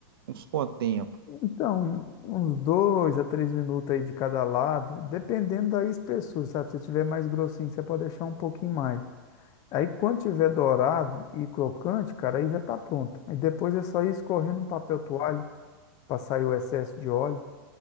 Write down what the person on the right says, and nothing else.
Uns quanto tempo?